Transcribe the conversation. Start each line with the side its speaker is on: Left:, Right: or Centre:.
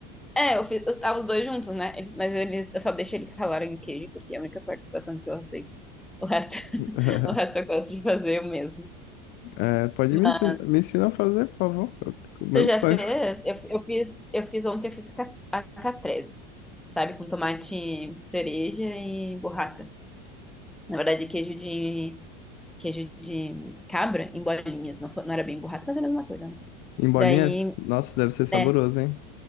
Centre: É, eu fiz, eu tava os dois juntos, né? Eles- mas eles, eu só deixei eles ralarem o queijo, porque é a única participação que eu aceito. O resto, <laughs>
Left: <laughs>
Centre: o resto eu gosto de fazer eu mesmo.
Left: É, pode
Centre: Mas
Left: me ensinar, me ensinar a fazer, por favor. O meu
Centre: tu já
Left: sonho.
Centre: fez? Eu, eu fiz, eu fiz ontem, eu fiz a, cap- a caprese, sabe? Com tomate cereja e burrata. Na verdade, queijo de queijo de cabra em bolinhas. Não, fo- não era bem burrata, mas é a mesma coisa, né?
Left: Em bolinhas?
Centre: Daí,
Left: Nossa, deve ser saboroso,
Centre: né?
Left: hein?